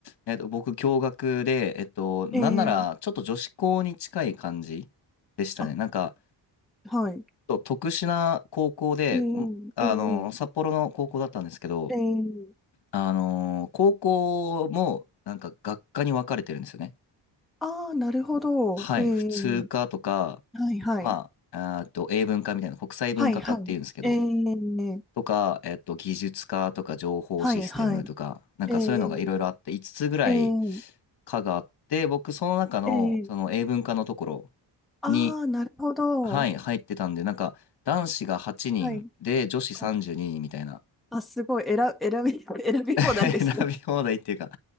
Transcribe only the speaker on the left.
えっと、僕、共学で、えっと、なんならちょっと女子校に近い感じでしたね。
なんか、
と特殊な高校で、
んあの、
札幌の高校だったんですけど、
あの、高校もなんか学科に分かれてるんですよね。
はい、
普通科とか、
まあ、あーと英文科みたいな国際文化科っていうんですけど、
とか、えっと、技術科とか情報システムとか、
なんかそういうのがいろいろあって、
5つつぐらい
科があって、僕その中のその英文科のところ
に、
はい、入ってたんで、なんか男子が8人で女子32人みたいな。
選び放題っていうか、